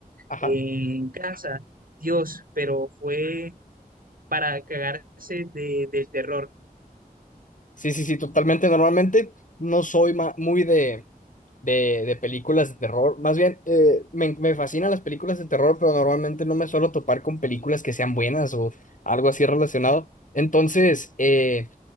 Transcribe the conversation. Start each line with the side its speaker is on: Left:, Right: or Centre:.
Left: ajá.
Right: en casa, Dios, pero fue para cagarse de, del terror.
Left: Sí, sí, sí, totalmente. Normalmente no soy ma- muy de, de, de películas de terror. Más bien, eh, me, me fascinan las películas de terror, pero normalmente no me suelo topar con películas que sean buenas o algo así relacionado. Entonces, eh,